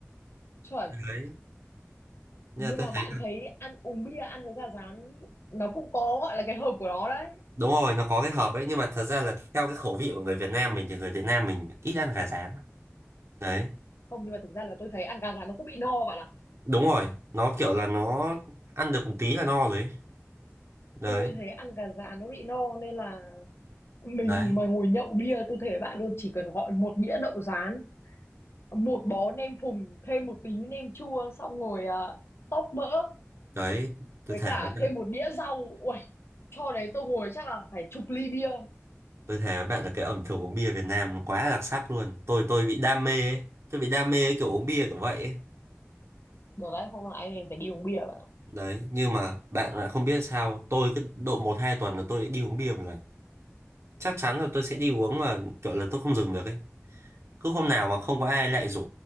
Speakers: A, on the left (about 55°); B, on the right (about 60°).
A: chuẩn
B: Đấy. Nhưng
A: nhưng
B: mà
A: mà
B: tôi thấy
A: bạn thấy ăn uống bia ăn với gà rán nó cũng có gọi là cái hợp của nó đấy
B: đúng rồi nó có cái hợp ấy nhưng mà thật ra là theo cái khẩu vị của người Việt Nam mình thì người Việt Nam mình ít ăn gà rán đấy
A: không nhưng mà thực ra là tôi thấy ăn gà rán nó cũng bị no bạn ạ
B: đúng rồi nó kiểu là nó ăn được một tí là no rồi ấy. đấy
A: tôi thấy ăn gà rán nó bị no nên là mình
B: đấy
A: mà ngồi nhậu bia tôi thể bạn luôn chỉ cần gọi một đĩa đậu rán một bó nem phùng thêm một tí nem chua xong ngồi uh, tóp mỡ
B: đấy tôi
A: với
B: thề
A: cả
B: với
A: thêm
B: bạn
A: một đĩa rau uầy cho đấy tôi ngồi chắc là phải chục ly bia
B: tôi thề với bạn là cái ẩm thực uống bia Việt Nam nó quá là đặc sắc luôn tôi tôi bị đam mê ấy. tôi bị đam mê cái kiểu uống bia kiểu vậy ấy.
A: được đấy không là anh em phải đi uống bia bạn ạ.
B: đấy nhưng mà bạn lại không biết sao tôi cứ độ một hai tuần là tôi đi uống bia một lần chắc chắn là tôi sẽ đi uống mà kiểu là tôi không dừng được ấy cứ hôm nào mà không có ai lại rủ